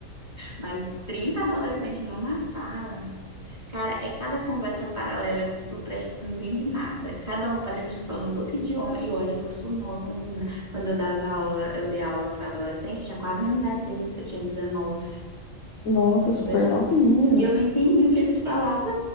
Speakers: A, on the right; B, on the left.
A: Mas 30 adolescentes numa sala. Cara, é cada conversa paralela que tu presta, tu não entende nada. Cada um parece que estão falando outro idioma. E olha que eu sou nova, menina. Quando eu dava aula, eu dei aula para adolescente, eu já com a mesma idade deles, eu tinha dezenove,
B: Nossa, super
A: Veja.
B: novinha.
A: E eu não entendi o que eles falavam.